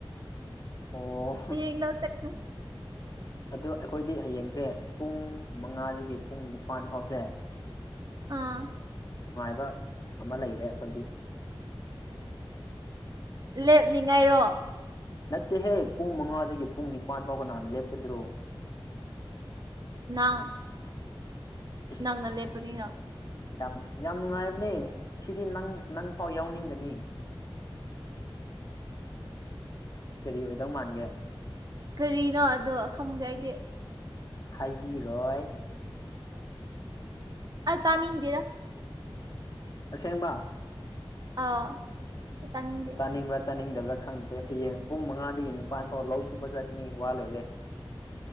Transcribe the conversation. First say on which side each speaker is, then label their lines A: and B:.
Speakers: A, on the left; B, on the right.
A: ꯑꯣ
B: ꯌꯦ ꯆꯠꯅꯤ
A: ꯑ ꯑꯩꯈꯣꯏꯗꯤ ꯍꯌꯦꯡꯁꯦ ꯄꯨꯡ ꯃꯉꯥꯗꯒꯤ ꯄꯨꯡ ꯅꯤꯄꯥꯟ ꯐꯥꯎꯁꯦ
B: ꯑꯥ
A: ꯍꯥꯏ ꯑꯃ ꯂꯩꯔꯦ ꯑꯩꯈꯣꯏꯗꯤ
B: ꯂꯦꯞꯅꯤꯡꯉꯥꯏꯔꯣ
A: ꯅꯠꯇꯦꯍꯦ ꯄꯨꯡ ꯃꯉꯥꯗꯒꯤ ꯄꯨꯡ ꯅꯤꯄꯥꯜ ꯐꯥꯎꯕꯅꯍ ꯂꯦꯞꯀꯗ꯭ꯔꯣ
B: ꯅ
A: ꯏꯁ
B: ꯅ ꯅꯅꯥꯦ ꯄꯨꯗꯤꯅ
A: ꯌꯥꯝ ꯌꯥꯝ ꯅꯨꯡꯉꯥꯏꯕꯅꯦ ꯁꯤꯗꯤ ꯅꯪ ꯅꯪ ꯐꯥꯎ ꯌꯥꯎꯅꯤꯡꯒꯅꯤ ꯀꯔꯤ ꯑꯣꯏꯗꯧ ꯃꯥꯟꯒꯦ
B: ꯀꯔꯤꯅꯣ ꯑꯗꯣ ꯈꯪꯗꯦ ꯑꯩꯗꯤ
A: ꯍꯥꯏꯕꯤꯔꯣꯏ
B: ꯑ ꯇꯅꯤꯗꯦꯔ
A: ꯑꯁꯦꯡꯕ
B: ꯑꯥ ꯇꯥꯅꯤꯡꯗꯦ
A: ꯇꯥꯅꯤꯡꯕ꯭ꯔꯥ ꯇꯥꯅꯤꯡꯗꯕ꯭ꯔꯥ ꯈꯪꯗꯦ ꯍꯌꯦꯡ ꯄꯨꯡ ꯃꯉꯥꯗꯒꯤ ꯅꯤꯄꯥꯟ ꯐꯥꯎ ꯂꯧ ꯁꯨꯕ ꯆꯠꯅꯤ ꯋꯥ ꯂꯣꯏꯔꯦ